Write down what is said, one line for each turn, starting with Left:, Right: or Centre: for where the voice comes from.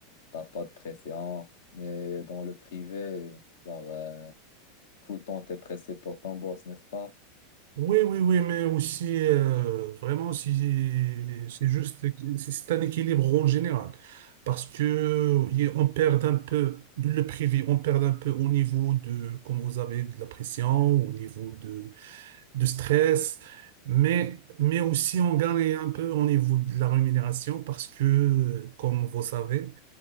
Left: t'as pas de pression. Mais dans le privé, genre, euh, tout le temps, t'es pressé pour ton boss, n'est-ce pas?
Right: Oui, oui, oui, mais aussi, euh, vraiment, si, c'est juste, c'est c'est un équilibre en général. Parce que y- on perd un peu de le privé, on perd un peu au niveau de, comme vous avez, de la pression, au niveau de, de stress, mais, mais aussi on gagne un peu au niveau de la rémunération parce que, euh, comme vous savez,